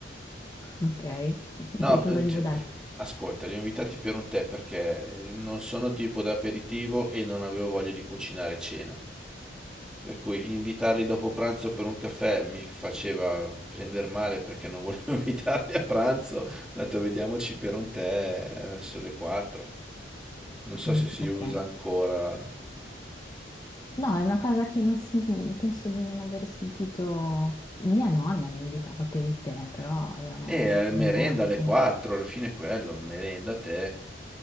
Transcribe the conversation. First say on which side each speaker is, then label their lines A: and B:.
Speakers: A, on the left; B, in the centre.
A: Ok, <laughs>
B: No,
A: e cosa
B: Sì. eh,
A: gli
B: ti-
A: vuoi dare?
B: ascolta, li ho invitati per un tè perché eh, non sono tipo da aperitivo e non avevo voglia di cucinare cena. Per cui invitarli dopo pranzo per un caffè mi faceva prendere male perché non volevo <laughs> invitarli a pranzo. Ho detto vediamoci per un tè eh, verso le 4. Non so
A: Mm,
B: se si
A: Ok.
B: usa ancora.
A: No, è una cosa che non si- penso di non aver sentito. Mia nonna mi invitava per il tè, però erano
B: E eh, merenda
A: mia nonna,
B: alle
A: appunto.
B: 4, alla fine è quello, merenda, tè.